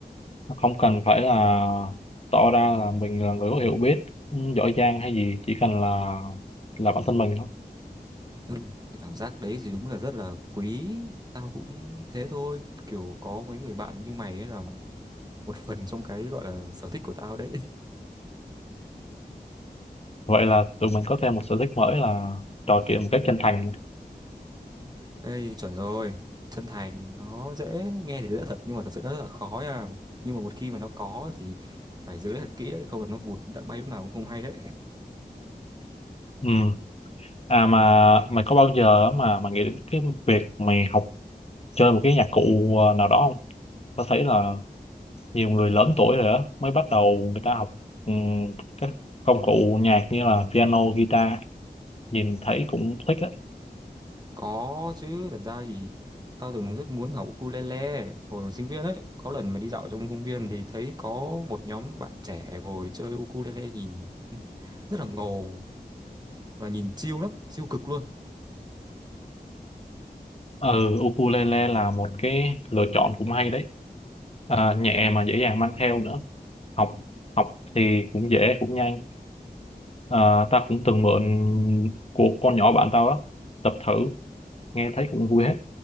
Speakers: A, on the left; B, on the right.
A: không cần phải là tỏ ra là mình là người có hiểu biết giỏi giang hay gì chỉ cần là là bản thân mình thôi
B: Ừm, cái cảm giác đấy thì đúng là rất là quý. Tao cũng thế thôi, kiểu có mấy người bạn như mày ấy là một phần trong cái gọi là sở thích của tao đấy.
A: Vậy là tụi mình có thêm một sở thích mới là trò chuyện một cách chân thành.
B: Ê, chuẩn rồi. Chân thành nó dễ nghe thì dễ thật nhưng mà thật sự nó rất là khó nha. Nhưng mà một khi mà nó có thì phải giữ lấy thật kỹ đấy, không là nó vụt đã bay lúc nào cũng không hay đấy.
A: Ừ. À mà mày có bao giờ mà mày nghĩ đến cái việc mày học chơi một cái nhạc cụ ờ, nào đó không? Tao thấy là nhiều người lớn tuổi rồi đó mới bắt đầu người ta học ừm, các công cụ nhạc như là piano, guitar. Nhìn thấy cũng thích á.
B: Có chứ, thật ra thì tao từng rất muốn học ukulele hồi còn sinh viên ấy. Có lần mà đi dạo trong công viên thì thấy có một nhóm bạn trẻ ngồi chơi ukulele nhìn ừ, rất là ngầu và nhìn chill lắm, chill cực luôn.
A: Ừ, ukulele là một cái lựa chọn cũng hay đấy. À, nhẹ mà dễ dàng mang theo nữa. Học học thì cũng dễ cũng nhanh. À, ta cũng từng mượn của con nhỏ bạn tao á tập thử nghe thấy cũng vui hết